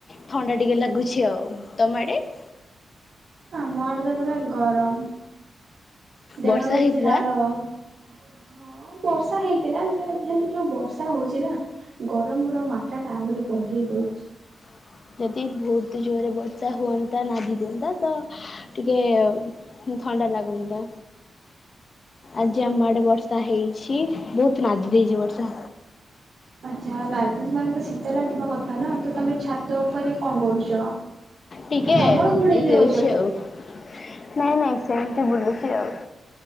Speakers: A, on the left; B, on the right.
A: ଥଣ୍ଡା ଟିକେ ଲାଗୁଛି ଆଉ ତମ ଆଡେ? <inaudible>
B: ଆମ ଆଡେ ତ ପୁରା ଗରମ। ଦେହରୁ
A: ବର୍ଷା ହେଇଥିଲା।
B: ଝାଳ ହଁ ବର୍ଷା। ବର୍ଷା ହେଇଥିଲା। ହେଲେ ଯୋଉ ବର୍ଷା ହଉଛି ନା ଗରମ ର ମାତ୍ରା ଟା ଆହୁରି ବଢେଇ ଦଉଛି।
A: ହଁ। ଯଦି ବହୁତ ଜୋରରେ ବର୍ଷା ହୁଅନ୍ତା ନାଦି ଦିଅନ୍ତା ତ ଟିକେ ଥଣ୍ଡା ଲାଗୁନି ତ ଆଜି ଆମ ଆଡେ ବର୍ଷା ହେଇଛି। ବହୁତ ନାଦି ଦେଇଛି ବର୍ଷା।
B: ଆଛା ନାଦିଛି ମାନେ ତ ଶୀତ ଲାଗିବା, କଥା ନା ତ ତମେ ଛାତ ଉପରେ କଣ କରୁଛ?
A: ଟିକେ
B: କମଳ
A: ବୁଲି
B: ଘୋଡେଇକି
A: ଦେଉଛି
B: ରହିଛ କି?
A: ଆଉ ନାଇଁ ନାଇଁ ସେମିତି ବୁଲୁଛି ଆଉ।